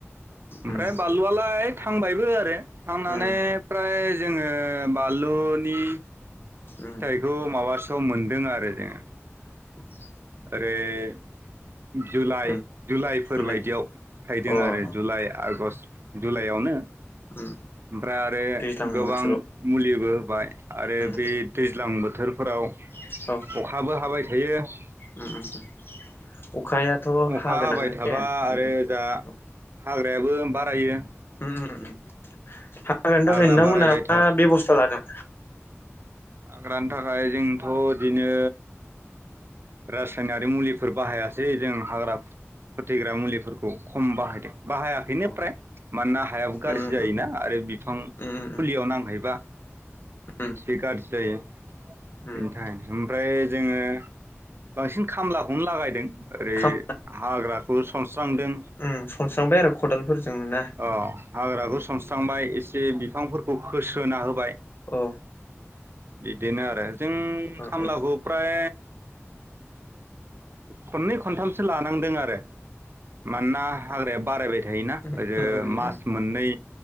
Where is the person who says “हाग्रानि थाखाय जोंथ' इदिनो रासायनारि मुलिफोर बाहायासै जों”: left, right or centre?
Right